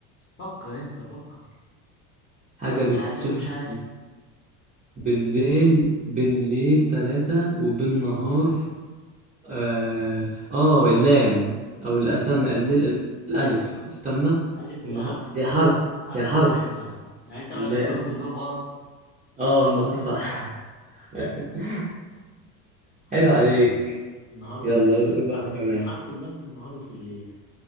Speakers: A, on the left; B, on the right.
A: فكر انت فكر
B: حاجه
A: لو مش
B: بتشوفها
A: عارف قول مش عارف
B: بالليل بالليل ثلاثه وبالنهار اه, آه اللام او الاستنى الليل الالف
A: ايوه صح
B: استنى
A: ألف إيه
B: النهار
A: يا عم
B: هي حرف
A: حرف حرف
B: هي حرف
A: اللام يا عم يعني أنت بعد
B: اللام
A: ما جاوبت تجاوب غلط
B: اه النهار صح <laughs>
A: حرف
B: عيب عليك
A: اللام النهار
B: يلا
A: والليل
B: قول قول
A: حرف
B: واحده كمان
A: ال... حرف اللام في النهار وفي الليل